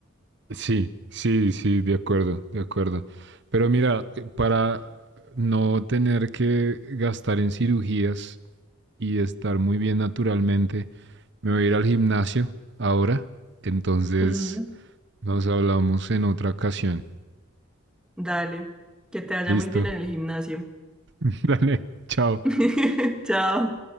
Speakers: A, on the right; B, in the centre.
A: Sí, sí, sí, de acuerdo, de acuerdo. Pero mira, eh, para no tener que gastar en cirugías y estar muy bien naturalmente, me voy a ir al gimnasio ahora. Entonces,
B: Mm,
A: nos hablamos en otra ocasión.
B: dale, que te vaya
A: Listo.
B: muy bien en el gimnasio.
A: <laughs> Dale, chao.
B: <laughs> Chao.